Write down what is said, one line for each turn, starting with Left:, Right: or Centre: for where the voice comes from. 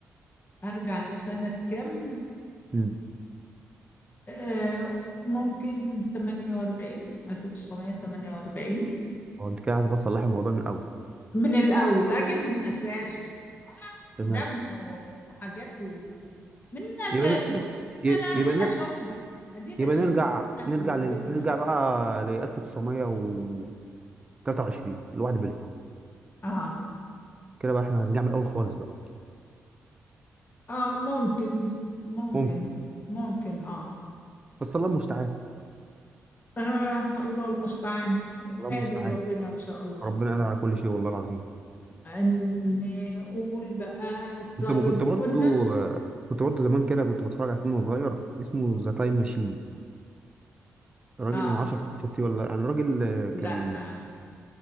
Left: ارجع لسنه كام
Right: امم
Left: آه، ممكن 48 1948
Right: هو انت كده عايز بس تصلحي الموضوع من الاول
Left: من الأول أجيب من أساسه آه،
Right: تمام
Left: دم وحاجات و- من أساسه
Right: يبقى ن... ي-
Left: أنا أدينا
Right: يبقى نر...
Left: شفنا أدينا
Right: يبقى
Left: شفنا
Right: نرجع نرجع
Left: اللي لبسنا
Right: ل... نرجع
Left: في الآخر
Right: بقى ل 1923 الواحد بلفو
Left: آه
Right: كده بقى احنا هنرجع من الاول خالص بقى
Left: آه ممكن ممكن
Right: ممكن
Left: ممكن آه,
Right: بس الله المستعان
Left: آه الله المستعان
Right: الله
Left: قادر
Right: المستعان
Left: ربنا إن شاء الله
Right: ربنا قادر على كل شيء والله العظيم
Left: أن نقول بقى
Right: كنت
Left: طيب
Right: كنت برضو
Left: قلنا
Right: كنت برضو زمان كده كنت بتفرج على فيلم صغير اسمه ذا تايم ماشين راجل
Left: آه
Right: ما اعرفش شفتيه ولا لأ. يعني راجل آه،
Left: لا
Right: كان
Left: آه